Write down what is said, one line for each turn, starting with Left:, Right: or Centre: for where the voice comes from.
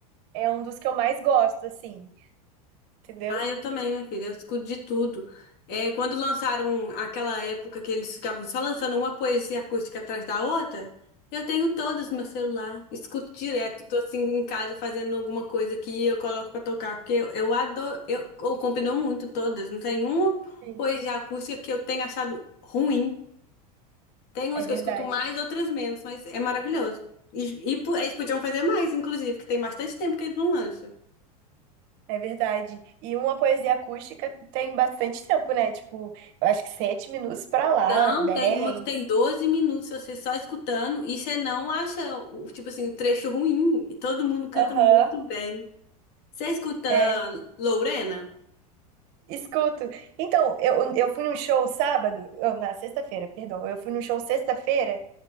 Right: é um dos que eu mais gosto, assim, entendeu?
Left: Ah, eu também, minha filha. Eu escuto de tudo. É, quando lançaram aquela época que eles ficavam só lançando uma poesia acústica atrás da outra, eu tenho todas no meu celular. Escuto direto. Tô assim em casa fazendo alguma coisa que eu coloco pra tocar, porque eu, eu adoro. Eu, eu combinou muito todas. Não tem uma
Right: Sim,
Left: poesia acústica que eu tenha achado ruim. Tem umas
Right: é verdade.
Left: que eu escuto mais, outras menos, mas é maravilhoso. E, e po- eles podiam fazer mais, inclusive, que tem bastante tempo que eles não lançam.
Right: É verdade. E uma poesia acústica tem bastante tempo, né? Tipo, eu acho que sete minutos pra lá,
Left: Então,
Right: dez.
Left: tem uma que tem 12 minutos você só escutando e você não acha, o- tipo assim, o trecho ruim. E Todo mundo canta
Right: Aham,
Left: muito bem. Você escuta
Right: é.
Left: Lorena?
Right: Escuto. Então, eu, eu fui num show sábado, eu- na sexta-feira, perdão. Eu fui num show sexta-feira,